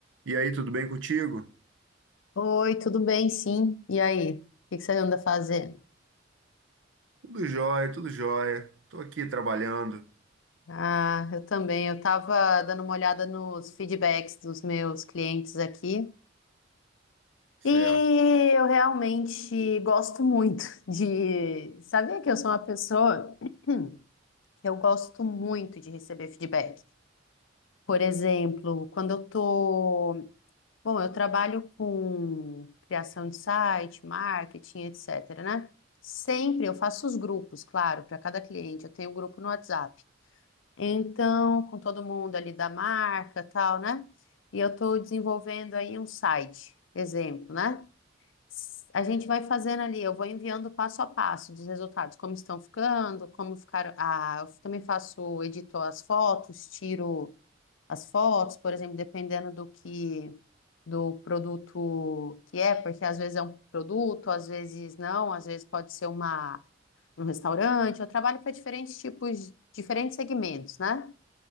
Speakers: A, on the right; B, on the left.
A: E aí, tudo bem contigo?
B: Oi, tudo bem? Sim. E aí? O que que você anda fazendo?
A: Tudo jóia, tudo jóia. Tô aqui trabalhando.
B: Ah, eu também. Eu estava dando uma olhada nos feedbacks dos meus clientes aqui
A: Certo,
B: e eu realmente gosto muito de. Sabia que eu sou uma pessoa <clears throat> eu gosto muito de receber feedback. Por exemplo, quando eu tô Bom, eu trabalho com criação de site, marketing, etc, né? Sempre eu faço os grupos, claro, para cada cliente. Eu tenho um grupo no WhatsApp. Então, com todo mundo ali da marca, tal, né? E eu estou desenvolvendo aí um site, exemplo, né? S- A gente vai fazendo ali, eu vou enviando passo a passo dos resultados, como estão ficando, como ficaram. Ah, eu também faço, edito as fotos, tiro as fotos, por exemplo, dependendo do que do produto que é, porque às vezes é um produto, às vezes não, às vezes pode ser uma um restaurante. Eu trabalho para diferentes tipos, diferentes segmentos, né?